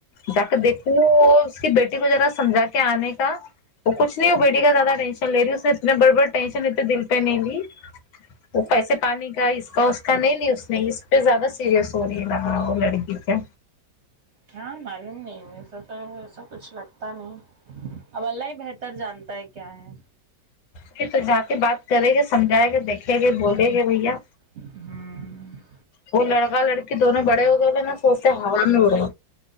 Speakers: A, on the left; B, on the right.
A: جا کے دیکھوں اس کی بیٹی کو ذرا سمجھا کے آنے کا وہ کچھ نہیں ہے وہ بیٹی کا زیادہ ٹینش لے رہی اس نے اتنے بڑے بڑے ٹینشن اتنے دل پے نہیں لی وہ پیسے پانی کا اس کا اس کا نہیں لی اس نے اس پے زیادہ سیریس <unintelligible> لڑکی پے
B: کیا معلوم نہیں ویسا تو ویسا کچھ لگتا نہیں اب اللہ بہتر جانتا ہے کیا ہے
A: پھر تو جا کے بات کریں گے سمجھائےیں گے دیکھیں گے بولیں گے بھیا
B: ہمم
A: وہ لڑکا لڑکی دونوں بڑے ہو گئےے نا سوچتے ہال میں اڑے